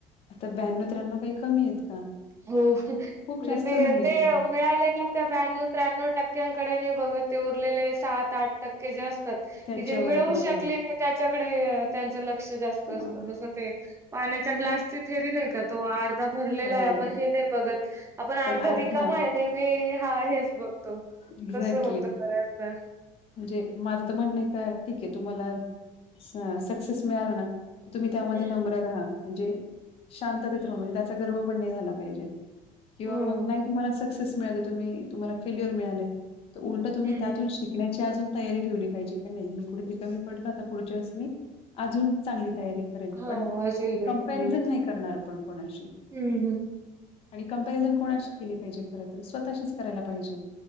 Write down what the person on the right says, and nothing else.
हो
म्हणे
ते
ते
मिळालेल्या त्या ब्याण्णव त्र्याण्णव टक्क्यांकडे नाही बघत. ते उरलेले सात आठ टक्के जे असतात
की जे मिळवू
शकली नाही त्याच्याकडे त्यांच लक्ष जास्त
असत जस ते पाण्याच्या ग्लासची थेरी नाही का तो आर भरलेला
आहे आपण हे नाही बघत आपण आर्ध
र काम आहे न मी हा हेच बघतो.
तस होत बर्याच दा.
हं.
हो
हम्म
हम्म.
हो
अजून बेटर
होईल.
हम्म हम्म